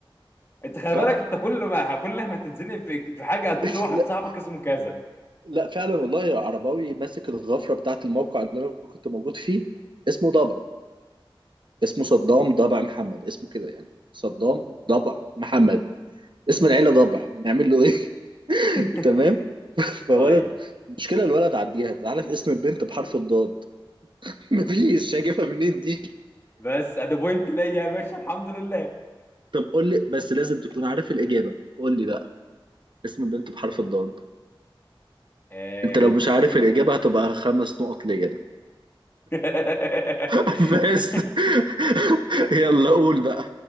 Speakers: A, on the left; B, on the right.
A: انت خلي
B: ضبع
A: بالك انت كل ما كل ما تتزنق في في حاجه هتقول
B: <laughs>
A: لواحد صاحبك اسمه كذا
B: لا فعلا والله عرباوي ماسك الغفرة بتاعة الموقع اللي أنا كنت موجود فيه اسمه ضبع اسمه صدام ضبع محمد اسمه كده يعني صدام ضبع محمد اسم العيلة ضبع نعمل له إيه <laughs>
A: <laughs>
B: تمام فولد
A: طيب
B: مشكلة الولد عديها تعالى في اسم البنت بحرف الضاد <laughs> مفيش شايفها منين دي
A: بس ادي بوينت ليا يا باشا الحمد لله
B: طب قول لي بس لازم تكون عارف الإجابة قول لي بقى اسم البنت بحرف الضاد
A: آه
B: انت لو
A: باسم
B: مش عارف
A: بنت
B: الإجابة هتبقى خمس نقط ليا أنا.
A: <laughs> ايه
B: <laughs> بس <laughs> يلا قول بقى